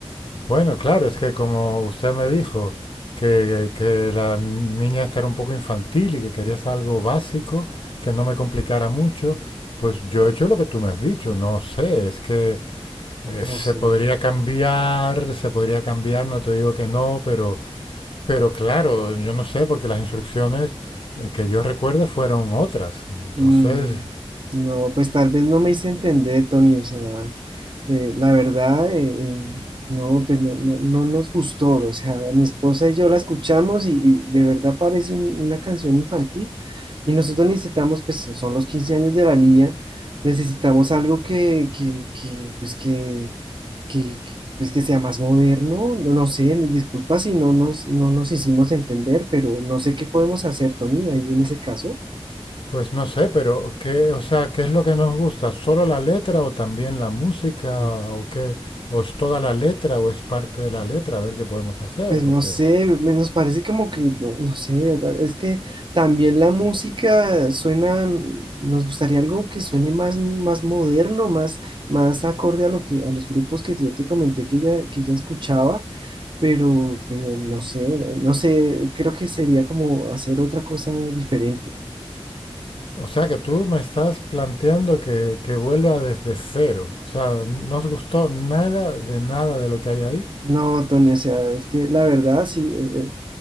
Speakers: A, on the left (about 55°); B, on the right (about 50°).
A: Bueno, claro, es que como usted me dijo que, que la niña esta era un poco infantil y que querías algo básico, que no me complicara mucho, pues yo he hecho lo que tú me has dicho. No sé, es que eh,
B: no
A: se
B: sé.
A: podría cambiar, se podría cambiar, no te digo que no, pero, pero claro, yo no sé, porque las instrucciones eh, que yo recuerde fueron otras. Entonces,
B: Mm, no, pues tal vez no me hice entender, Tony, o sea, eh, la verdad, eh, eh, no, pues no, no, no nos gustó, o sea, mi esposa y yo la escuchamos y, y de verdad parece un- una canción infantil y nosotros necesitamos, pues son los 15 años de la niña, necesitamos algo que, que, que, pues que que, que, pues, que sea más moderno, no, no sé, disculpa si no nos, no nos hicimos entender, pero no sé qué podemos hacer, Tony, ahí en ese caso.
A: Pues no sé, pero qué, o sea, ¿qué es lo que nos gusta? ¿Solo la letra o también la música
B: Mm.
A: o qué? ¿O es toda la letra o es parte de la letra? A ver qué podemos hacer,
B: Pues
A: porque
B: no sé, me- nos parece como que, no, no sé, es que también la música suena, nos gustaría algo que suene más, más moderno, más, más acorde a lo que, a los grupos que yo te comenté que ya, que ya escuchaba, pero pues, no sé, no sé, creo que sería como hacer otra cosa diferente.
A: o sea que tú me estás planteando que, que vuelva desde cero. O sea, ¿no os gustó nada de nada de lo que hay ahí?
B: No, Tony, o sea, es que la verdad, sí, eh, eh,